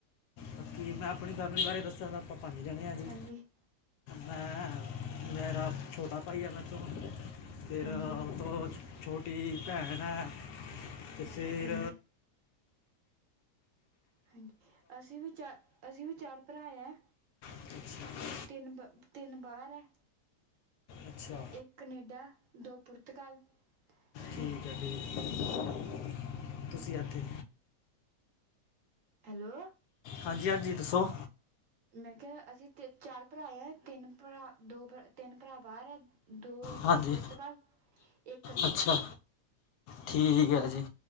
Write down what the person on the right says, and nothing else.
ਹਾਂਜੀ
ਹਾਂਜੀ
ਹਾਂਜੀ ਹਾਂਜੀ ਅਸੀ ਵੀ ਚਾਰ, ਅਸੀ ਵੀ ਚਾਰ ਭਰਾ ਯਾਂ।
ਤਿੰਨ ਬ ਤਿੰਨ ਬਰ ਐ
ਇਕ ਕਨੇਡਾ, ਦੋ ਪੁਰਤਗਾਲ-
ਨੇ
ਹੈਲੋ।
ਮੈ ਕਿਆ ਅਸੀ ਚਾਰ ਭਰਾ ਆ ਤਿੰਨ ਭਰਾ ਦੋ ਤਿੰਨ ਭਰਾ ਬਾਹਰ ਆ। ਦੋ ਏ
ਪੁਰਤਗਾਲ, ਇਕ ਕਨੇਡਾ।